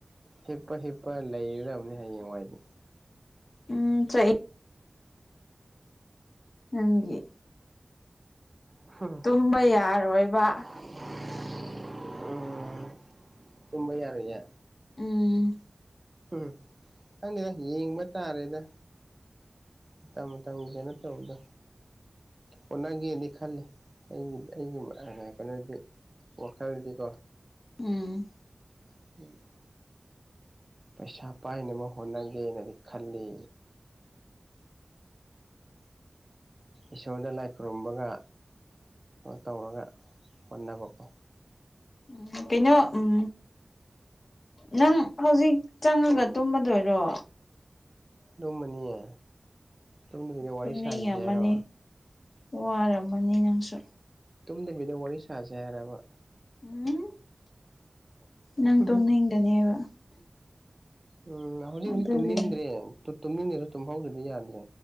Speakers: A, on the right; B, on the left.
A: ꯍꯤꯞꯄ ꯍꯤꯞꯄ ꯂꯩꯒꯗꯕꯅꯤ ꯍꯌꯦꯡꯋꯥꯏꯗꯤ
B: ꯎꯝ ꯆ ꯅꯪꯒꯤ
A: ꯍꯝ
B: ꯇꯨꯝꯕ ꯌꯥꯔꯣꯏꯕ
A: <unintelligible> ꯎꯝ ꯇꯨꯝꯕ ꯌꯥꯔꯣꯏꯌꯦ
B: ꯎꯝ
A: ꯎꯝ ꯅꯪꯗꯦꯗ ꯌꯦꯡꯕ ꯇꯥꯔꯦꯗ ꯃꯇꯝ ꯃꯇꯝꯒꯤ ꯀꯩꯅꯣ ꯇꯧꯕꯗꯣ ꯍꯣꯠꯅꯒꯦꯗꯤ ꯈꯜꯂꯤ ꯑꯩꯒꯤ ꯑꯩꯒꯤ ꯀꯩꯅꯣꯗꯤ ꯋꯥꯈꯜꯗꯤꯀꯣ
B: ꯎꯝ
A: <unintelligible> ꯄꯩꯁꯥ ꯄꯥꯏꯅꯕ ꯍꯣꯠꯅꯒꯦꯅꯗꯤ ꯈꯜꯂꯤ꯫ ꯏꯁꯣꯔꯗ ꯂꯥꯏ ꯈꯨꯔꯨꯝꯕꯒ ꯇꯧꯔꯒ ꯍꯣꯠꯅꯕꯀꯣ꯫
B: ꯎꯝ ꯀꯩꯅꫭ ꯎꯝ ꯅꯪ ꯍꯧꯖꯤꯛ ꯆꯪꯉꯒ ꯇꯨꯝꯃꯗꯣꯏꯔꯣ
A: ꯇꯨꯝꯃꯅꯤꯌꯦ ꯇꯨꯝꯗꯕꯤꯗ ꯋꯥꯔꯤ
B: ꯇꯨꯝꯅꯤꯡꯉꯝꯃꯅꯤ
A: ꯁꯥꯒꯤꯁꯦ ꯍꯥꯏꯔꯣ
B: ꯋꯥꯔꯝꯃꯅꯤ ꯅꯪꯁꯨ
A: ꯇꯨꯝꯗꯕꯤꯗ ꯋꯥꯔꯤ ꯁꯥꯖꯦ ꯍꯥꯏꯔꯥꯕ
B: ꯎꯝ ꯅꯪ
A: ꯎꯝ
B: ꯇꯣꯝꯅꯤꯡꯗꯅꯦꯕ
A: ꯎꯝ ꯍꯧꯖꯤꯛ
B: ꯑꯗꯨꯒꯤ
A: ꯍꯧꯖꯤꯛ ꯇꯨꯝꯅꯤꯡꯗ꯭ꯔꯦ ꯇꯨꯝꯅꯤꯡꯗ꯭ꯔꯖꯨ ꯇꯨꯝꯍꯧꯗ꯭ꯔꯗꯤ ꯌꯥꯗ꯭ꯔꯦ꯫